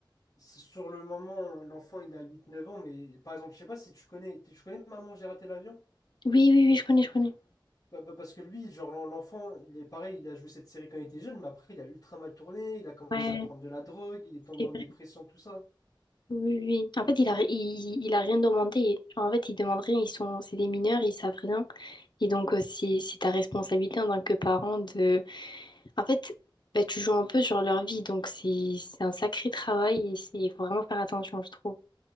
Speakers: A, on the left; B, on the left.
A: sur le moment, l'enfant, il a huit, neuf ans, mais par exemple, je sais pas si tu connais, tu connais Maman, j'ai raté l'avion?
B: Oui, oui, oui, je connais, je connais.
A: Bah- bah, parce que lui, genre l'en- l'enfant, il est pareil, il a joué cette série quand il était jeune, mais après il a ultra mal tourné, il a commencé
B: Ouais,
A: à prendre de la drogue, il est tombé
B: c'est
A: en dépression,
B: vrai.
A: tout ça.
B: Oui, oui. oui. En fait, il a, il, il a rien demandé. Genre, en fait, ils demandent rien. Ils sont, c'est des mineurs, ils savent rien. Et donc, euh, c'est, c'est ta responsabilité en tant que parent de. En fait, bah, tu joues un peu sur leur vie. Donc, c'est, c'est un sacré travail et c'est, il faut vraiment faire attention, je trouve.